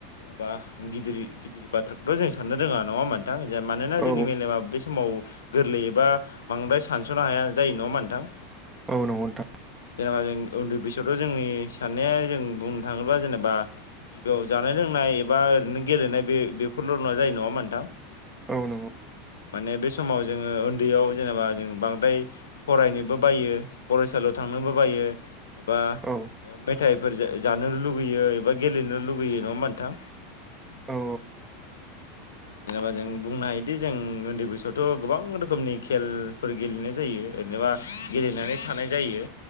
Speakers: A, on the left (about 75°); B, on the right (about 20°).
A: बा गिदिर गिदिर बाथ्राखौथ' जों साननो रोङा नङा होम्बा नोंथां जे मानोना
B: औ
A: जोंनि मेलेमा बे समाव गोरलैयोबा बांद्राय सानस'नो हाया जायो नङा होम्बा नोंथां
B: औ नंगौ नोंथां
A: जेनेबा जों उन्दै बैसोआवथ' जोंनि साननाया जों बुंनो थाङोब्ला जेनेबा गिबियाव जानाय लोंनाय नाय एबा ओरैनो गेलेनाय बे बेफोरल' नङा जायो नङा होम्बा नोंथां
B: औ नंगौ
A: माने बे समाव जोङो उन्दैयाव जेनेबा जों बांद्राय फरायनोबो बायो फरायसालियाव थांनोबो बायो एबा
B: औ
A: मेथाइ फोर जानो लुुबैयो एबा गेलेनो लुगैयो नङा होम्बा नोंथां
B: औ
A: जेनेबा जों बुंनो हायोदि जों उन्दै बैसोआवथ' गोबां रोखोमनि खेलफोर गेले लेनाय जायो ओनोबा गेलेनानै थानाय जायो।